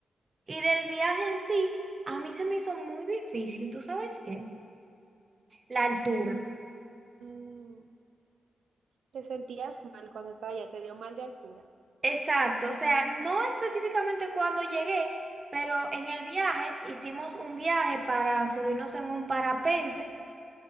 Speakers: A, on the right (about 45°); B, on the right (about 75°).
A: Y del viaje en sí, a mí se me hizo muy difícil, ¿tú sabes qué? La altura.
B: El, mm, te sentías mal cuando estaba allá, te dio mal de altura.
A: Exacto, o sea, no específicamente cuando llegué, pero en el viaje hicimos un viaje para subirnos en un parapente